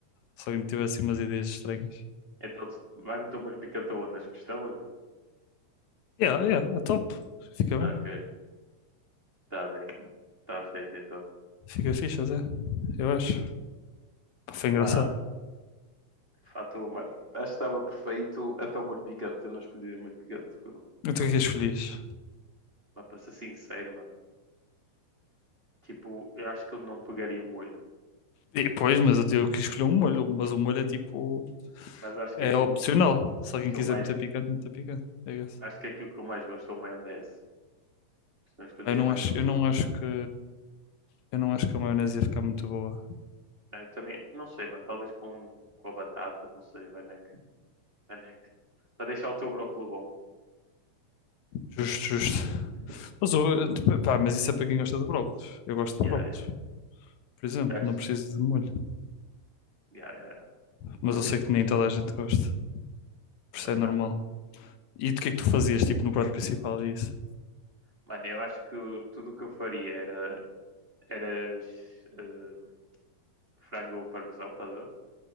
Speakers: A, on the left (about 80°); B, on the right (about 25°).
A: Se alguém tiver assim umas ideias estranhas.
B: Então, tu- vai no teu molho picante aonde? Nas costelas, mano?
A: Yeah, yeah, é top. Fica
B: Ok,
A: bem.
B: está bem. Está feito então.
A: Fica fixe até. Eu acho. Pá, foi engraçado.
B: Aham. De fato, mano, acho que estava perfeito até o molho picante. Eu não escolhi o molho picante, porque eu não.
A: Então o que é que escolhias?
B: Mas para ser sincero, mano, tipo, eu acho que eu não pegaria o molho.
A: E, pois, mas eu, eu quis escolher um molho, mas o molho é tipo.
B: Mas acho que
A: É
B: aquilo
A: opcional. Se alguém
B: que
A: quiser
B: eu mais.
A: meter picante, meter picante. É isso.
B: Acho que aquilo que eu mais gosto é o maionese. Se não escolheria
A: Eu não
B: mais
A: acho,
B: nenhum dos
A: eu não
B: outros.
A: acho que, eu não acho que a maionese ia ficar muito boa.
B: Ah, Eu também, não sei, mano. Talvez com, com a batata, não sei, Vanek. Vanek. Para deixar o teu brócolo bom.
A: Justo, justo.
B: <laughs>
A: Mas, o- tipo, pá, mas isso é para quem gosta de brócolos. Eu gosto
B: Yeah,
A: de brócolos,
B: yeah.
A: por exemplo.
B: Acho-
A: Não preciso de molho.
B: Yeah, yeah. yeah.
A: Mas
B: Ok,
A: eu sei que nem toda a gente gosta. Por isso
B: mas
A: é
B: está.
A: normal. E do que é que tu fazias, tipo, no prato principal e isso?
B: Mano, eu acho que tudo o que eu faria era, era ehm, frango parmesão, estás a ver?